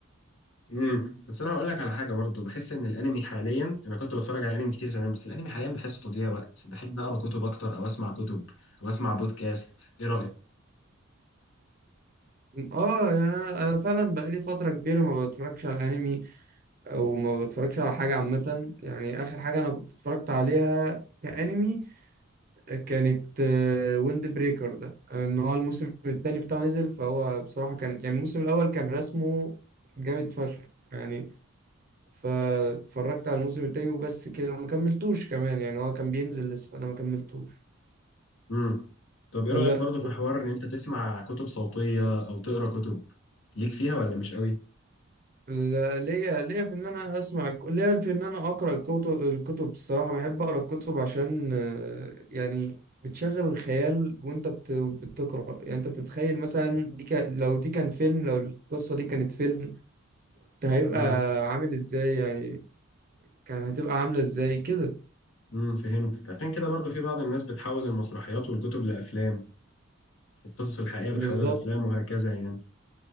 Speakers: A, on the left; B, on the right.
A: امم بس انا هقول لك على حاجه برضو بحس ان الانمي حاليا انا كنت بتفرج على انمي كتير زمان بس الانمي حاليا بحسه تضييع وقت بحب اقرا كتب اكتر او اسمع كتب او اسمع بودكاست ايه رايك
B: اه يعني انا أنا فعلا بقالي فترة كبيرة ما بتفرجش على انمي او ما بتفرجش على حاجة عامة يعني اخر حاجة انا كنت اتفرجت عليها كأنمي كانت ويند بريكر ده ان هو الموسم الثاني بتاعه نزل فهو بصراحة كان يعني الموسم الأول كان رسمه جامد فشخ يعني فاتفرجت على الموسم الثاني وبس كده وما كملتوش كمان يعني هو كان بينزل لسه فأنا ما كملتوش
A: امم طب ايه
B: والله
A: رايك برضو في حوار ان انت تسمع كتب صوتيه او تقرا كتب ليك فيها ولا مش قوي
B: وليا ليا في ان انا اسمع الك- ليا في ان انا اقرا الكتب الكتب الصراحه بحب اقرا الكتب عشان آه، يعني بتشغل الخيال وانت بت- بتقرا يعني انت بتتخيل مثلا دي كان لو دي كان فيلم لو القصه دي كانت فيلم ده هيبقى
A: امم
B: عامل ازاي يعني كان هتبقى عاملة ازاي كده
A: امم فهمتك عشان كده برضو في بعض الناس بتحول المسرحيات والكتب لأفلام القصص الحقيقية بتحولها
B: بالظبط
A: لأفلام وهكذا يعني